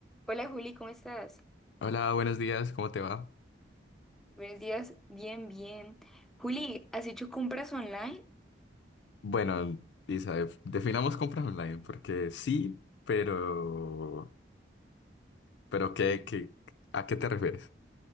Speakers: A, in the centre; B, on the left.
A: Hola Juli, ¿cómo estás?
B: Hola, buenos días, ¿cómo te va?
A: Buenos días, bien, bien. Juli, ¿has hecho compras online?
B: Bueno, Isa, def- definamos compras online, porque sí, pero, pero ¿qué, qué, a qué te refieres?